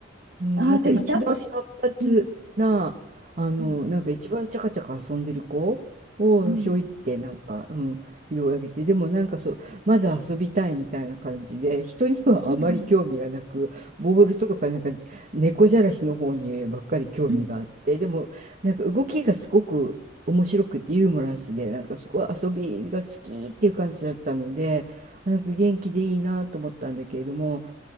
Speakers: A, on the right; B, on the right.
A: うん、
B: あーでも抱っこ
A: なんか一番活発な、
B: うん、
A: あの、
B: うん、うん、
A: なんか一番チャカチャカ遊んでる子をひょいってなんか、
B: うん、うん、
A: うん、拾い上げて、でもなんかそう、まだ遊びたいみたいな感じで、人にはあまり興味がなく、
B: うん、うん、
A: ボールとかなんかじ猫じゃらしの方にばっかり興味があって、
B: うん。
A: でもなんか動きがすごく面白くてユーモラスで、なんかすごい遊びが好きっていう感じだったので、あなんか元気でいいなと思ったんだけれども、